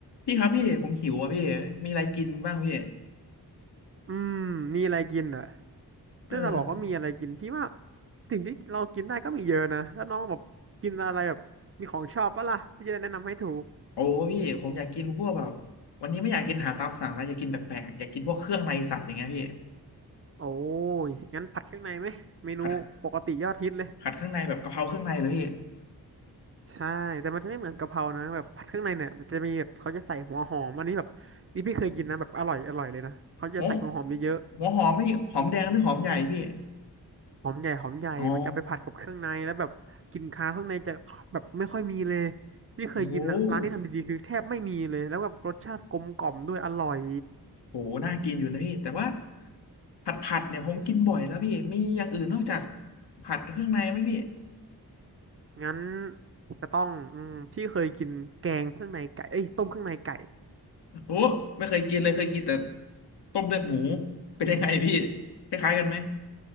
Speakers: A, on the left; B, on the right.
A: พี่ครับพี่ผมหิวอ่ะพี่มีอะไรกินบ้างพี่
B: อืมมีอะไรกินเหรอ
A: เออ
B: ถ้าจะบอกว่ามีอะไรกินพี่ว่าสิ่งที่เรากินได้ก็มีเยอะนะแล้วน้องแบบกินอะไรแบบมีของชอบปะล่ะพี่จะได้แนะนำให้ถูก
A: โอ้พี่ผมอยากกินพวกแบบวันนี้ไม่อยากกินอาหารตามสั่งแล้วอยากกินแปลกๆอยากกินพวกเครื่องในสัตว์อย่างเงี้ยพี่
B: โอ้ยงั้นผัดเครื่องในไหมเมนูปกติยอดฮิตเลย
A: ผัดผัดเครื่องในแบบกะเพราเครื่องในเลยพี่
B: ใช่แต่มันจะไม่เหมือนกะเพรานะแบบผัดเครื่องในเนี่ยมันจะมีแบบเขาจะใส่หัวหอมอันนี้แบบนี่พี่เคยกินนะแบบอร่อยอร่อยเลยนะเขาจะใส่หัวหอมเยอะ
A: หัวหัวหอมนี่หอมแดงหรือหอมใหญ่พี่
B: หอมใหญ่หอมใหญ่มันจะเอาไปผัดกับเครื่องในแล้วแบบกลิ่นคาวเครื่องในจะแบบไม่ค่อยมีเลย
A: อ๋อ
B: นี่เคยกินอ่ะร้านที่ทำดีๆคือแทบไม่มีเลยแล้วแบบรสชาติกลมกล่อมด้วยอร่อย
A: โอ้โหโหน่ากินอยู่นะพี่แต่ว่าผัดผัดเนี่ยผมกินบ่อยแล้วพี่มีอย่างอื่นนอกจากผัดเครื่องในไหมพี่
B: งั้นก็ต้องอืมที่เคยกินแกงเครื่องในไก่เอ้ยต้มเครื่องในไก่
A: โอ้ไม่เคยกินเลยเคยกินแต่ต้มเลือดหมูเป็นยังไงพี่คล้ายๆกันไหม